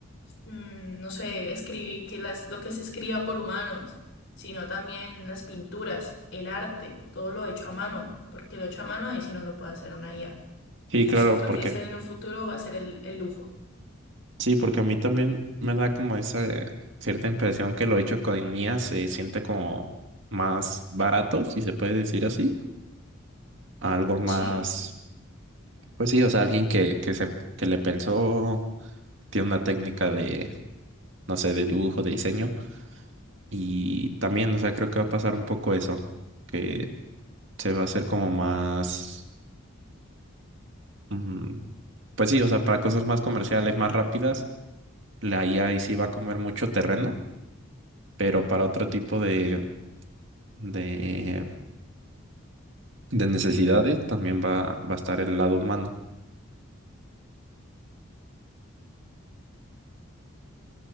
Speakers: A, on the left (about 60°); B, on the right (about 60°).
A: mm, no sé, escribí, que las, lo que se escriba por humanos, sino también las pinturas, el arte, todo lo hecho a mano, porque lo hecho a mano ahí si no lo puede hacer una IA.
B: Sí,
A: Entonces
B: claro,
A: siento
B: porque
A: que ese en un futuro va a ser el, el lujo.
B: sí, porque a mí también me da como esa eh, cierta impresión que lo hecho con IA se siente como más barato, si se puede decir así, algo más,
A: Sí,
B: pues sí, o sea, alguien que, que se, que le pensó, tiene una técnica de no sé, de dibujo, de diseño. Y también, o sea, creo que va a pasar un poco eso, que se va a hacer como más, mm, pues sí, o sea, para cosas más comerciales, más rápidas, la IA ahí sí va a comer mucho terreno, pero para otro tipo de, de, de necesidades también va, va a estar el lado humano.